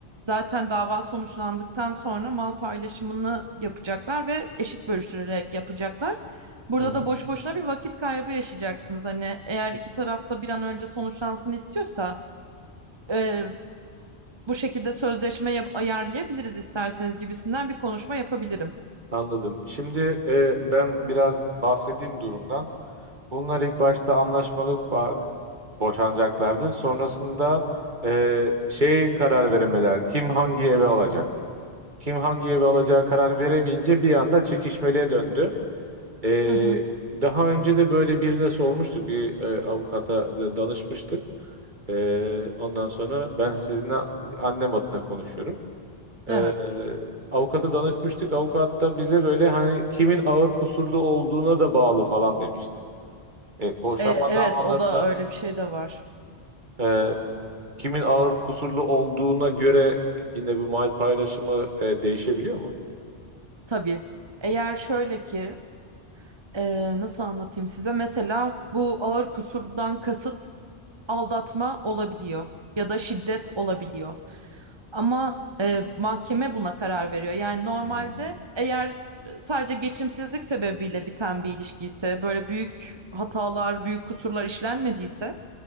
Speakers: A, on the right (about 30°); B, on the right (about 45°).
A: Zaten dava sonuçlandıktan sonra mal paylaşımını yapacaklar ve eşit bölüştürerek yapacaklar. Burada
B: hı hı.
A: da boşu boşuna bir vakit kaybı yaşayacaksınız. Hani eğer iki tarafta bir an önce sonuçlansın istiyorsa e, bu şekilde sözleşme yap- ayarlayabiliriz isterseniz gibisinden bir konuşma yapabilirim.
B: Anladım. Şimdi e, ben biraz bahsedeyim durumdan. Bunlar ilk başta anlaşmalı ba- boşanacaklardı. Sonrasında e, şey karar veremediler. Kim hangi eve alacak? Kim hangi eve alacağı karar veremeyince bir anda çekişmeliğe döndü. E,
A: Hı hı,
B: daha önce de böyle birine sormuştuk. Bir e, avukata da danışmıştık. E, ondan sonra ben sizinle annem adına konuşuyorum. Ee,
A: evet.
B: avukata danışmıştık. Avukat da bize böyle hani kimin ağır kusurlu olduğuna da bağlı falan demişti. E, boşanma
A: E, evet
B: davalarında
A: o da öyle bir şey de var.
B: e, kimin ağır kusurlu olduğuna göre yine bu mal paylaşımı e, değişebiliyor mu?
A: Tabii. Eğer şöyle ki e, nasıl anlatayım size mesela bu ağır kusurdan kasıt aldatma olabiliyor ya da şiddet olabiliyor. Ama e, mahkeme buna karar veriyor. Yani normalde
B: Hı hı
A: eğer e, sadece geçimsizlik sebebiyle biten bir ilişki ise, böyle büyük hatalar, büyük kusurlar işlenmediyse